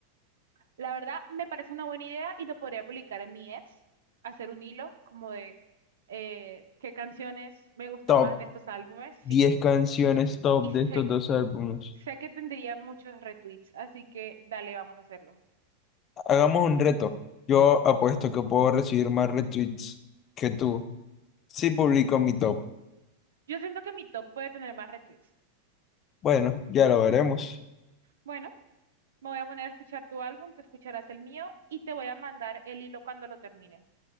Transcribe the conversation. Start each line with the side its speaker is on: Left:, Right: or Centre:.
Right: La verdad me parece una buena idea y lo podría publicar en mi Etsy, hacer un hilo como de eh, qué canciones me gustan
Left: Top
Right: más de estos álbumes, sí.
Left: 10 canciones top
Right: Y sé
Left: de estos dos álbumes.
Right: Sé que tendría muchos retweets, así que dale, vamos a hacerlo.
Left: Hagamos un reto. Yo apuesto que puedo recibir más retweets que tú si publico mi top.
Right: Yo siento que mi top puede tener más retweets.
Left: Bueno, ya lo veremos.
Right: Bueno, me voy a poner a escuchar tu álbum, tú escucharás el mío y te voy a mandar el hilo cuando lo termine.